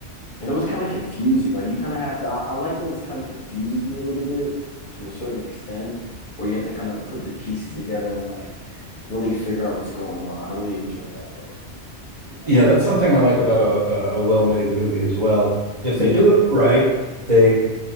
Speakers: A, on the left; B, on the right.
A: and it was kind of confusing. Like you kind of have to. I, I like when it's kind of confuses me a little bit to a certain extent, where you have to kind of put the pieces together and like really figure out what's going on. I really enjoy that part. to be honest.
B: Yeah, that's something I like about a a, a well-made movie as well. If
A: Yeah.
B: they do it right, they